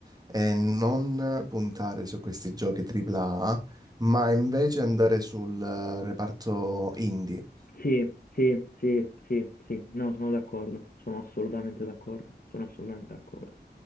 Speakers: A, on the right (about 20°); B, on the left (about 55°).
A: è non puntare su questi giochi AAA, ma invece andare sul eh, reparto indie.
B: Sì, sì, sì, sì, sì, no, sono d'accordo, sono assolutamente d'accordo, sono assolutamente d'accordo.